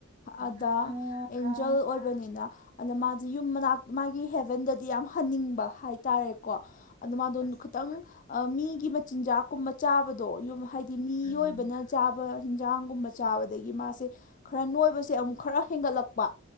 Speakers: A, on the right; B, on the left.
A: ꯎꯝ
B: ꯑꯗ
A: ꯎꯝ ꯑꯣ
B: ꯑꯦꯟꯖꯜ
A: ꯑꯣ
B: ꯑꯣꯏ ꯍꯥꯏꯕꯅꯤꯅ ꯑꯗ ꯃꯥꯁꯦ ꯌꯨꯝ ꯃꯅꯥꯛ ꯃꯥꯒꯤ ꯍꯦꯚꯦꯟꯗꯗꯤ ꯌꯥꯝ ꯍꯟꯅꯤꯡꯕ ꯍꯥꯏꯇꯥꯔꯦꯀꯣ ꯑꯗ ꯃꯥꯗꯣ
A: ꯑꯁ
B: ꯈꯤꯇꯪ ꯃꯤꯒꯤ ꯃꯆꯤꯟꯖꯥꯛꯀꯨꯝꯕ ꯆꯥꯕꯗꯣ ꯌꯨꯝ ꯍꯥꯏꯗꯤ ꯃꯤꯑꯣꯏꯕꯅ
A: ꯎꯝ
B: ꯆꯥꯕ ꯍꯤꯟꯖꯥꯡꯒꯨꯝꯕ ꯆꯥꯕꯗꯒꯤ ꯃꯥꯁꯦ ꯈꯔ ꯅꯣꯏꯕꯁꯦ ꯑꯃꯨꯛ ꯈꯔ ꯍꯦꯟꯒꯠꯂꯛꯄ